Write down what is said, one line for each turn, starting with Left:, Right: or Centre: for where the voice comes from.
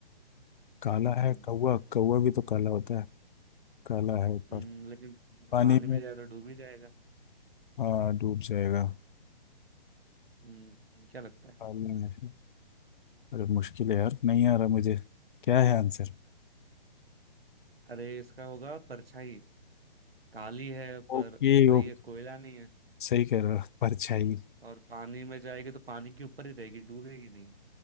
Left: काला
Right: हम्म
Left: है कौवा कौवा भी तो काला होता है काला है
Right: हम्म,
Left: पर
Right: लेकिन
Left: पानी
Right: पानी
Left: में
Right: में जाए तो डूब ही जाएगा
Left: हाँ डूब जाएगा
Right: हम्म क्या लगता है
Left: काला है अरे मुश्किल है यार नहीं आ रहा मुझे क्या है आंसर
Right: अरे इसका होगा परछाई काली है पर
Left: Okay
Right: भाई
Left: okay
Right: ये कोयला नहीं है
Left: सही कह रहा परछाई
Right: और पानी में जाएगी तो पानी के ऊपर ही रहेगी डूबेगी नहीं